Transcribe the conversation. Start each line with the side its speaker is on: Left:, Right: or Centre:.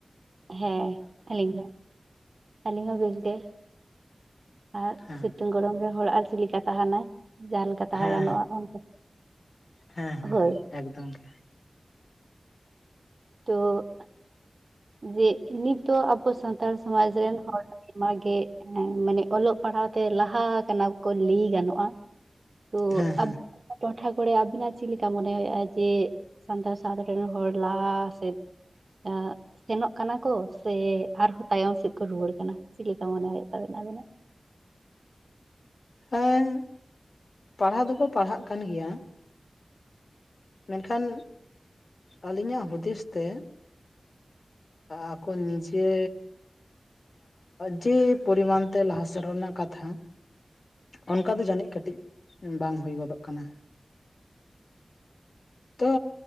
Right: ᱦᱮᱸ ᱟᱹᱞᱤᱧ ᱦᱚᱸ ᱟᱹᱞᱤᱧ ᱦᱚᱸ ᱵᱮᱥ ᱜᱮ᱾ ᱟᱨ
Left: ᱦᱮᱸ
Right: ᱥᱤᱛᱩᱝ ᱜᱚᱨᱚᱢ ᱨᱮ ᱦᱚᱲ ᱟᱨ ᱪᱮᱫ ᱞᱮᱠᱟ ᱛᱟᱦᱮᱱᱟᱭ ᱡᱟᱦᱟᱸᱞᱮᱠᱟᱼᱼ ᱛᱟᱦᱮᱸ
Left: ᱦᱮᱸ
Right: ᱜᱟᱱᱚᱜᱼᱟ ᱚᱱᱠᱟ
Left: ᱦᱮᱸ ᱦᱮᱸ
Right: ᱦᱳᱭ᱾
Left: ᱦᱮᱸ ᱮᱠᱫᱚᱢ ᱜᱮ᱾
Right: ᱛᱚᱼᱼ ᱡᱮ ᱱᱤᱛᱚᱜ ᱟᱵᱚ ᱥᱟᱱᱛᱟᱲ ᱥᱚᱢᱟᱡᱽ ᱨᱮᱱ ᱦᱚᱲᱼᱼ ᱟᱭᱟᱜᱮ ᱢᱟᱱᱮ ᱚᱞᱚᱜ ᱯᱟᱲᱦᱟᱣ ᱛᱮ ᱞᱟᱦᱟ ᱠᱟᱱᱟ ᱠᱚ ᱞᱟᱹᱭ ᱜᱟᱱᱚᱜᱼᱟᱼᱼ ᱛᱚ
Left: ᱦᱮᱸ ᱦᱮᱸ
Right: ᱟᱵᱤᱱᱟᱜ ᱴᱚᱴᱷᱟ ᱠᱚᱨᱮ ᱟᱵᱤᱱᱟᱜ ᱪᱮᱫ ᱞᱮᱠᱟ ᱢᱚᱱᱮ ᱦᱩᱭᱩᱜᱼᱟ? ᱡᱮᱼᱼ ᱥᱟᱱᱛᱟᱲ ᱥᱟᱫᱷᱟᱨᱚᱱ ᱦᱚᱲ ᱞᱟᱦᱟ ᱥᱮ ᱮ ᱥᱮᱱᱚᱜ ᱠᱟᱱᱟ ᱠᱚ ᱥᱮ ᱟᱨᱦᱚᱸ ᱛᱟᱭᱚᱢ ᱥᱮᱫ ᱠᱚ ᱨᱩᱣᱟᱹᱲ ᱠᱟᱱᱟ ᱪᱮᱫ ᱞᱮᱠᱟ ᱢᱚᱱᱮ ᱦᱩᱭᱩᱜ ᱛᱟᱵᱮᱱᱟ ᱟᱵᱤᱱᱟᱜ?
Left: ᱦᱮᱸ᱾ ᱯᱟᱲᱦᱟᱣ ᱫᱚᱠᱚ ᱯᱟᱲᱦᱟᱜ ᱠᱟᱱ ᱜᱮᱭᱟᱼᱼ ᱢᱮᱱᱠᱷᱟᱱ ᱟᱹᱞᱤᱧᱟᱜ ᱦᱩᱫᱤᱥ ᱛᱮᱼᱼ ᱟᱠᱚ ᱱᱤᱡᱮᱼᱼ ᱡᱮ ᱯᱚᱨᱤᱢᱟᱱ ᱛᱮ ᱞᱟᱦᱟ ᱥᱮᱱᱚᱜ ᱨᱮᱱᱟᱜ ᱠᱟᱛᱷᱟᱼᱼ ᱚᱱᱠᱟ ᱫᱚ ᱡᱟᱹᱱᱤᱡ ᱠᱟᱹᱴᱤᱡ ᱵᱟᱝ ᱦᱩᱭ ᱜᱚᱫᱚᱜ ᱠᱟᱱᱟ᱾
Right: <inaudible>
Left: ᱛᱚ